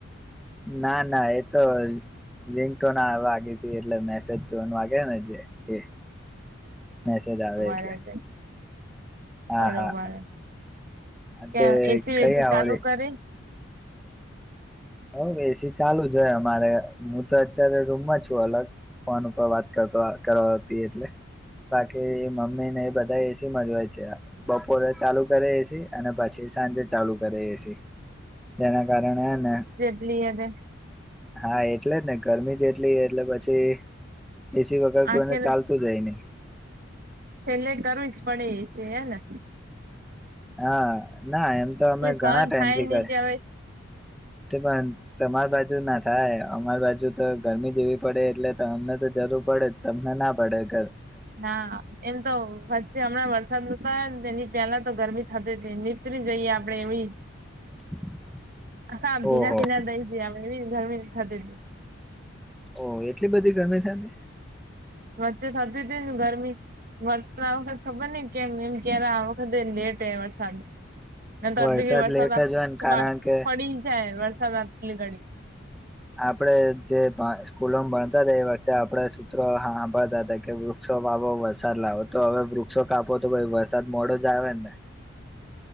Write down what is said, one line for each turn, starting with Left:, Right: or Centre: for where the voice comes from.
Centre: ના ના એ તો લિંક તો ના વાગી હતી એટલે મેસેજ તો વાગે ને જે એ મેસેજ આવે
Right: બરોબર
Centre: એટલે
Right: છે
Centre: હા
Right: બરોબર
Centre: હા
Right: ક્યા
Centre: તે
Right: એસી
Centre: કઈ
Right: વેસી
Centre: આવો
Right: ચાલુ
Centre: રે
Right: કરી
Centre: હવ એસી ચાલુ જ હોય અમારે હું તો અત્યારે રૂમમાં છું અલગ ફોન ઉપર વાત કરુ છુ કરવાતી એટલે બાકી મમ્મી ને એ બધા એસી માજ હોય છે બપોરે ચાલુ કરે એસી અને પછી સાંજે ચાલુ કરે એસી
Right: <inaudible>
Centre: જેના કારણે હેને
Right: લે હવે
Centre: હા એટલે જ ને ગરમી જેટલી એટલે પછી એસી વગર કોઈને
Right: આખેર
Centre: ચાલતું જ એ નહી
Right: છેલ્લે કરવુ જ પડે એસી એને
Centre: હા ના એમ તો અમે
Right: સહન
Centre: ઘણા ટાઈમથી
Right: થાય
Centre: કર
Right: ની તે હવે
Centre: તે પણ તમાર બાજુ ના થાય અમાર બાજુ તો ગરમી જેવી પડે એટલે તો અમને તો જરૂર પડે તમને ના પડેગ
Right: ના એમ તો વચ્ચે હમણાં વરસાદનું તેની પેલા તો ગરમી થતી હતી નીતી જઈએ આપડે એવી
Centre: <inaudible>
Right: હામ ભીના
Centre: ઓહો
Right: ભીના ધઈ જઈમ એવીને ગરમી થતી હતી.
Centre: ઓહ એટલી બધી ગરમી થતી.
Right: વચ્ચે થતી હતી ને ગરમી વરસાદ આ વખત ખબર નઈ કેમ એમ ક્યારે આ વખતે. જે તે વરસાદ. નર
Centre: વરસાદ
Right: અધી વરસાદમાં
Centre: લેટ જ હોય ને કારણ કે
Right: પડી જાય વરસાદતલી ઘડી.
Centre: આપડે જે સ્કૂલો ભણતા હતા એ વખતે આપડે સૂત્રો સાંભળતા હતા કે વૃક્ષ. વાવો વરસાદ લાવો તો હવે વૃક્ષો કાપો તો ભાઈ વરસાદ મોડો જ આવે ને